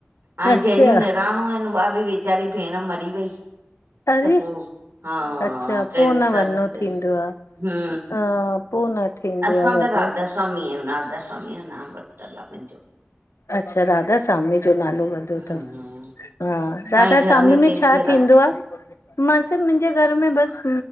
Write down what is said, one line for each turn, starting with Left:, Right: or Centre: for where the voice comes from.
Right: ऐं
Left: अच्छा
Right: जंहिंजूं निणानूं आहिन, उहा बि वेचारी भेण मरी वई
Left: अरे
Right: त पो हा
Left: अच्छा
Right: कैंसर
Left: पो न वञिणो
Right: थियस
Left: थींदो आ।
Right: ह
Left: अ पो न थींदो
Right: असां
Left: आ वञोसि
Right: त राधा स्वामी आयूं राधा स्वामीअ जो नाम वरतल आ मुंहिंजो
Left: अच्छा राधा स्वामीअ जो नालो वरतो
Right: हम्म
Left: थव हा राधा
Right: तव्हांजे घर
Left: स्वामीअ
Right: केरु
Left: में छा
Right: केरु
Left: थींदो आ? मां चयो मुंहिंजे घर में बस,